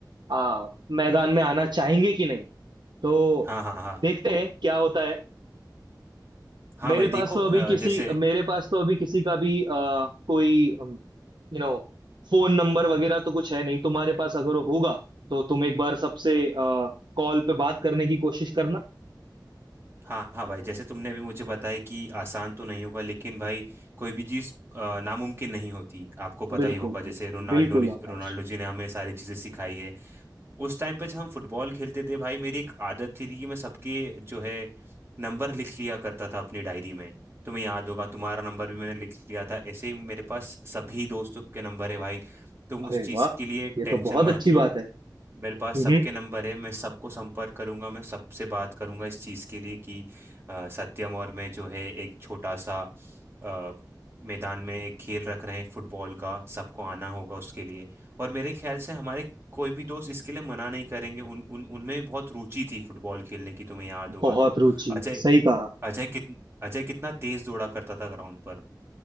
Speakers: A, on the right (about 80°); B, on the right (about 35°).
A: आ, मैदान में आना चाहेंगे कि नहीं तो
B: हाँ हाँ हाँ
A: देखते हैं क्या होता है
B: हाँ
A: मेरे
B: भाई देखो
A: पास तो
B: अ,
A: अभी किसी
B: जैसे
A: मेरे पास तो अभी किसी का भी आ, कोई यू नो फोन नंबर वगैरह तो कुछ है नहीं तुम्हारे पास अगर होगा तो तुम एक बार सबसे कॉल पे बात करने की कोशिश करना
B: हाँ हाँ भाई जैसे तुमने अभी मुझे बताया कि आसान तो नहीं होगा लेकिन भाई कोई भी चीज़ अ, नामुमकिन नहीं होती आपको पता
A: बिल्कुल
B: ही होगा जैसे
A: बिल्कुल
B: रोनाल्डो
A: बिल्कुल
B: ने
A: आकाश
B: रोनाल्डो जी ने हमें सारी चीज़ें सिखाई है उस टाइम पे जब हम फुटबॉल खेलते थे भाई मेरी एक आदत थी थी कि मैं सबके जो है नंबर लिख लिया करता था अपनी डायरी में तुम्हें याद होगा तुम्हारा नंबर भी मैंने लिख लिया था ऐसे ही मेरे पास सभी दोस्तों के नंबर है भाई तुम
A: अरे
B: उस चीज़
A: वाह
B: के लिए टेंशन
A: ये तो बहुत
B: मत
A: अच्छी
B: लो
A: बात है
B: मेरे पास
A: हम्म
B: सबके नंबर है मैं सबको संपर्क करूंगा मैं सबसे बात करूंगा इस चीज़ के लिए कि अ, सत्यम और मैं जो है एक छोटा सा अ, मैदान में एक खेल रख रहे हैं फुटबॉल का सबको आना होगा उसके लिए और मेरे ख्याल से हमारे कोई भी दोस्त इसके लिए मना नहीं करेंगे उन उन उनमें भी बहुत रुचि थी फुटबॉल खेलने की तुम्हें याद होगा
A: बहुत
B: तो
A: रुचि
B: अजय
A: है सही कहा
B: अजय कित अजय कितना तेज दौड़ा करता था ग्राउंड पर